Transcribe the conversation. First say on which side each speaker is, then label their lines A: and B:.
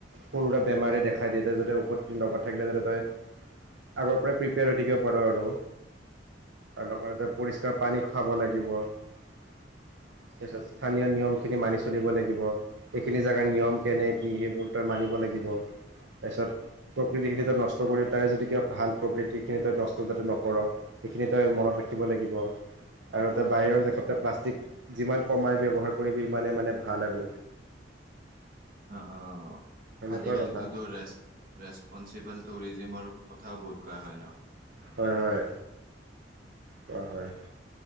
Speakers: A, on the right (about 75°); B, on the right (about 50°).
A: সৰু সুৰা বেমাৰে দেখাই দিয়ে ত যাতে ঔষধ লগত থাকিলে যাতে তই আগৰ পৰাই থাকিব পাৰোঁ আৰু ত লগতে পৰিষ্কাৰ পানী খোৱাব লাগিব। তাৰপিছত স্থানীয় নিয়মখিনি মানি চলিব লাগিব। এইখিনি জাগাৰ নিয়ম কেনে কি সেইবোৰ তই মানিব লাগিব। তাৰপিছত প্ৰকৃতি খিনি ত নষ্ট কৰি তাৰে যদি কিবা ভাল প্ৰকৃতি খিনি তই নষ্ট যাতে নকৰ সেইখিনি তই মনত ৰাখিব লাগিব আৰু তই বাহিৰৰ দেশতে প্লাষ্টিক যিমান কমাই ব্যৱহাৰ কৰিবি হিমানে মানে ভাল আৰু
B: অ' অ'
A: সেনেকুৱা
B: আজিকালিতোতো
A: কথা
B: ৰেচপনচিবল টুৰিজিমৰ কথাও বহুত কোৱা হয় ন
A: হয় হয়। কোৱা হয়